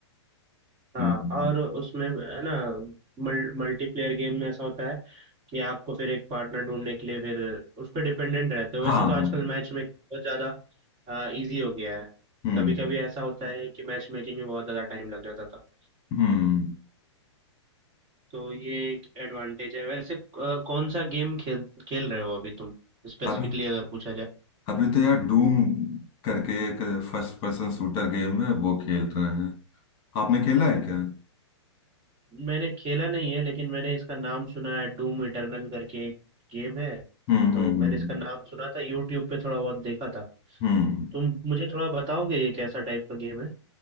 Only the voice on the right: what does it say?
हाँ
और उसमें है ना मल, मल्टीप्लेयर गेम में ऐसा होता है कि आपको फिर एक पार्टनर ढूंढने के लिए फिर उस पर डिपेंडेंट रहते हो
वैसे तो आजकल मैच मेकिंग बहुत ज़्यादा इजी हो गया है
कभी कभी ऐसा होता है कि मैच मेकिंग में बहुत ज़्यादा टाइम लग जाता था
तो ये एक एडवांटेज है वैसे अ, कौन सा गेम खेल खेल रहे हो अभी तुम स्पेसिफिकली
अगर पूछा जाए
मैंने खेला नहीं है लेकिन मैंने इसका नाम सुना है डूम इटर्नल करके एक गेम है
तो
मैंने इसका नाम सुना था यूट्यूब पे थोड़ा बहुत देखा था
तुम मुझे थोड़ा बताओगे ये कैसा टाइप का गेम है